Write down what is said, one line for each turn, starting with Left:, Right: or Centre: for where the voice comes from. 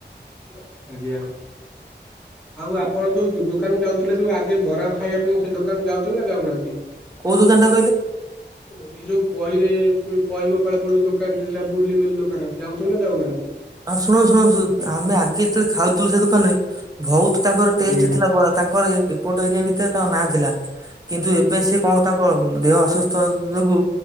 Centre: ୟିଆ ଆଜ୍ଞା। ଆଉ ଆପଣ ଯୋଉ ଦୋ ଦୋକାନକୁ ଯାଉଥିଲେ ଯୋଉ ଆଗେ ବରା ଖାଇବା ପାଇଁ ସେ ଦୋକାନକୁ ଯାଉଛନ୍ତି ନା ଯାଉନାହାନ୍ତି?
Right: କୋଉ ଦୋକାନ
Centre: କଣ
Right: ଟା
Centre: କହିଲେ? ଉ ଏଇ ଯୋଉ ପହିରେ କୁ ପହି ଗୋପାଳପୁର ଯଉ ଦୋକାନ ଥିଲା ବୁଲି ବୁଲି ଦୋକାନ ସେ ଆଉଥିବ ନା ଯାଉନାହାନ୍ତି?
Right: ଅଁ ଶୁଣ ଶୁଣୁ ଶୁ ଆମେ ଆଗେ ଯେତେଳେ ଖାଉଥିଲୁ ସେ ଦୋକାନରେ ବହୁତ ତାଙ୍କର ଟେଷ୍ଟ
Centre: ଆଜ୍ଞା
Right: ଥିଲା ବରା ତାଙ୍କର ଏ ଏପଟ ଏରିଆ ଭିତରେ ତାଙ୍କ ନାଁ ଥିଲା କିନ୍ତୁ ଏବେ ସେ କଅଣ ତାଙ୍କ ଅହ ଦେହ ଅସୁସ୍ଥ ଯୋଗୁ